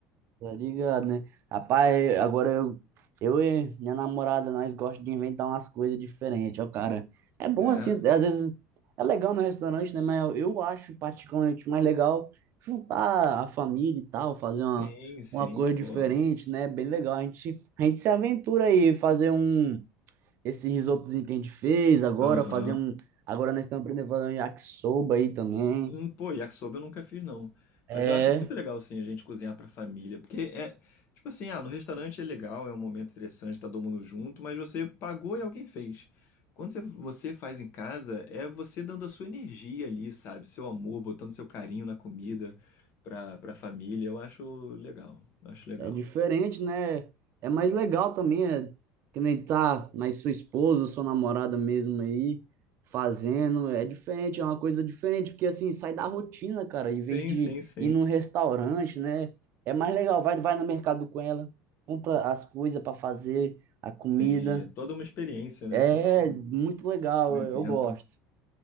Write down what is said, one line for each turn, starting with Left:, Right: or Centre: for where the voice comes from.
Right: Tá ligado, né? Rapaz, eu- agora eu, eu e minha namorada, nós gostamos de inventar umas coisas diferentes, ó, cara. É bom
Left: É.
Right: assim, às vezes é legal no restaurante, né? Mas eu, eu acho particularmente mais legal juntar a família e tal, fazer
Left: Sim,
Right: uma,
Left: sim,
Right: uma coisa
Left: pô.
Right: diferente, né? Bem legal. A gente, a gente se aventura aí, fazer um esse risotozinho que a gente fez agora,
Left: Aham.
Right: fazer um. Agora nós estamos aprendendo a fazer um yakisoba aí também.
Left: Hum, pô, yakisoba eu nunca fiz, não.
Right: É,
Left: Mas eu acho muito legal, assim, a gente cozinhar pra família. Porque é, tipo assim, ah, no restaurante é legal, é um momento interessante, tá todo mundo junto, mas você pagou e alguém fez. Quando você, você faz em casa, é você dando a sua energia ali, sabe? Seu amor, botando seu carinho na comida pra, pra família. Eu acho legal, acho legal.
Right: é diferente, né? É mais legal também, é, que nem tá mais sua esposa, sua namorada mesmo aí, fazendo. É diferente, é uma coisa diferente, porque assim, sai da rotina, cara, em
Left: Sim,
Right: vez de
Left: sim, sim.
Right: ir num restaurante, né? É mais legal, vai, vai no mercado com ela, compra as coisas para fazer, a comida.
Left: Sim, é toda uma experiência, né?
Right: É
Left: Todo
Right: muito legal,
Left: um evento.
Right: eu gosto.